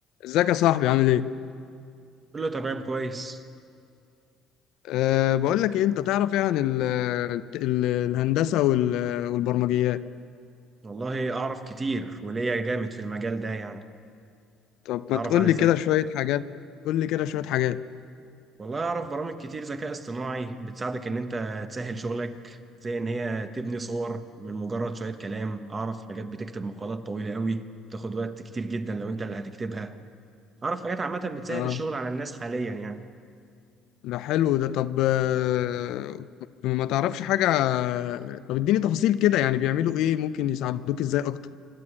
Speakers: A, on the left; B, on the right.
A: ازيك يا صاحبي عامل ايه؟
B: كله تمام كويس
A: أه بقول لك ايه انت تعرف ايه عن ال ال الهندسة وال والبرمجيات؟
B: والله اعرف كتير وليا جامد في المجال ده يعني
A: طب
B: اعرف
A: ما تقول
B: عن الذكاء
A: لي كده شوية حاجات قول لي كده شوية حاجات
B: والله اعرف برامج كتير ذكاء اصطناعي بتساعدك ان انت تسهل شغلك زي ان هي تبني صور من مجرد شوية كلام اعرف حاجات بتكتب مقالات طويلة قوي بتاخد وقت كتير جدا لو انت اللي هتكتبها اعرف حاجات عامة بتسهل
A: اه
B: الشغل على الناس حاليا يعني
A: ده حلو ده طب آه، ما تعرفش حاجة طب اديني تفاصيل كده يعني بيعملوا ايه ممكن يساعدوك ازاي اكتر؟